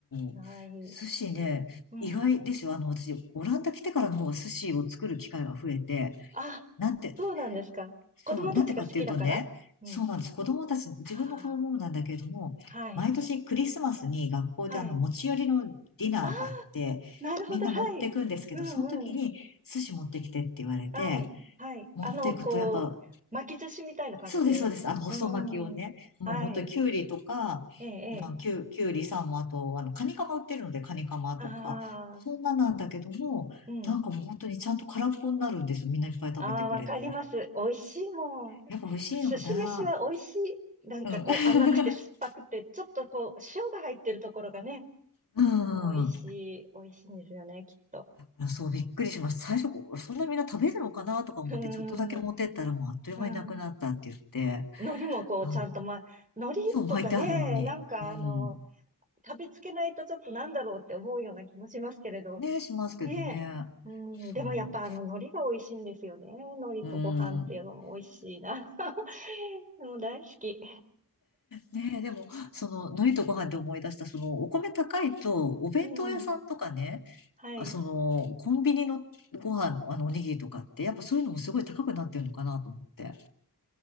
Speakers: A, on the right (about 20°); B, on the left (about 60°).
A: はい。
B: う、寿司ね、
A: うん。
B: 意外ですよ。あの、私、オランダ来てからの方が寿司を作る機会が増えて、
A: あ、
B: なんて、
A: そうなんですか。
B: そう、
A: 子供たちが好きだからうん。
B: なんでかっていうとね、そうなんです。子供たち、自分の子供もなんだけれども、
A: ああ、はい。
B: 毎年クリスマスに学校であの持ち寄りのディナーがあって、
A: はい。ああ、なるほど。
B: みんな持ってくんですけど、
A: はい。うんうん。
B: その時に寿司持ってきてって言われて、
A: はい。はい。
B: 持ってくとやっぱ、
A: あの、こう、巻き寿司みたいな感じで。
B: そうです、そうです。あの、細巻きをね、
A: うん。
B: もう本当にきゅうりとか、
A: はい。ええ、ええ。
B: まあ、きゅう、きゅうりさんも、あと、あの、カニカマ売ってるので、カニカマとか、
A: あ
B: そんななんだけども、
A: あ、うん。
B: なんかもう本当にちゃんと空っぽになるんですよ。みんないっぱい食べてくれて。
A: ああ、わかります。美味しいもん。
B: やっぱ美味しいのかな
A: 寿司飯は美味しい。なんかこう甘くて酸っぱくて、
B: うん。<laughs>
A: ちょっとこう塩が入ってるところがね、
B: う
A: 美味しい、
B: ん。
A: 美味しいんですよね、きっと。
B: <laughs> そう、びっくりしました。最初、こうそんなみんな食べるのかなとか思って、
A: うーん、
B: ちょっとだけ持ってったらもうあっという間になくなったって言って、
A: うん。海苔もこうちゃんと、
B: あ、
A: まあ、海苔とかね、
B: そう、巻いてあるのに。
A: なんかあの、
B: うん。
A: 食べつけないとちょっとなんだろうって思うような気もしますけれど、
B: ね、しますけどね。
A: ねえ。うん、
B: そう。
A: でもやっぱあの海苔が美味しいんですよね。海苔とご飯っていうのも美味しいな。
B: うん。
A: <laughs> でも大好き。
B: ねえ、でも、その、海苔とご飯で思い出した、その、お米高いと、お弁当屋さんとかね、
A: うん。はい。
B: あ、その、コンビニのご飯、あの、おにぎりとかって、やっぱそういうのもすごい高くなってるのかなと思って。